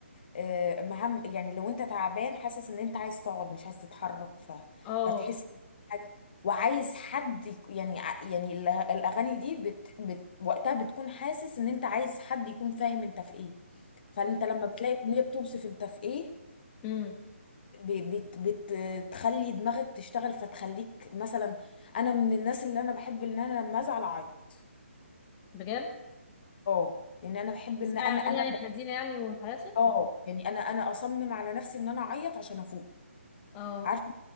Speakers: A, on the left; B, on the left.
A: آه، مهم يعني لو انت تعبان حاسس ان انت عايز تقعد مش عايز تتحرك ف...
B: اه
A: فتحس حاجه وعايز حد يك- يعني ع- يعني ال- الاغاني دي بت... بت... وقتها بتكون حاسس ان انت عايز حد يكون فاهم انت في ايه فانت لما بتلاقي اغنيه بتوصف انت في ايه
B: امم
A: ب... بت... بت... بتخلي دماغك تشتغل فتخليك مثلا انا من الناس اللي انا بحب ان انا لما ازعل اعيط
B: بجد
A: اه يعني انا بحب ان
B: اسمعي
A: انا
B: اغاني
A: انا
B: يعني حزينه يعني وتعيطي
A: اه يعني انا انا اصمم على نفسي ان انا اعيط عشان افوق
B: اه
A: عارفه